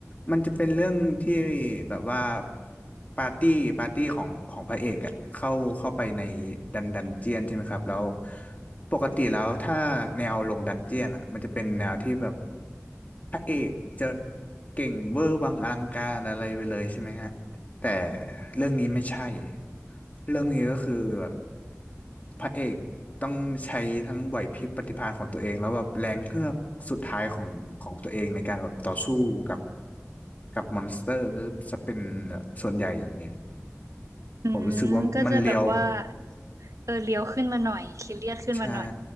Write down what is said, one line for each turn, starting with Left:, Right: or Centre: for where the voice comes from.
Left: มันจะเป็นเรื่องที่แบบว่าปาร์ตี้ปาร์ตี้ของของพระเอกอะเข้าเข้าไปในดันดันเจียนใช่ไหมครับแล้วปกติแล้วถ้าแนวลงดันเจียนอะมันจะเป็นแนวที่แบบพระเอกจะเก่งเวอร์วังอลังการอะไรไปเลยใช่ไหมฮะแต่เรื่องนี้ไม่ใช่เรื่องนี้ก็คือแบบพระเอกต้องใช้ทั้งไหวพริบปฏิภาณของตัวเองแล้วแบบแรงเฮือกสุดท้ายของของตัวเองในการแบบต่อสู้กับ กับมอนสเตอร์จะเป็นส่วนใหญ่อย่างเงี้ย
Right: อืมก็จะแบบว่า
Left: ผมรู้สึกว่ามันเลียว
Right: เออเลี้ยวขึ้นมาหน่อยซีเรียสขึ้นมาหน่อย
Left: ใช่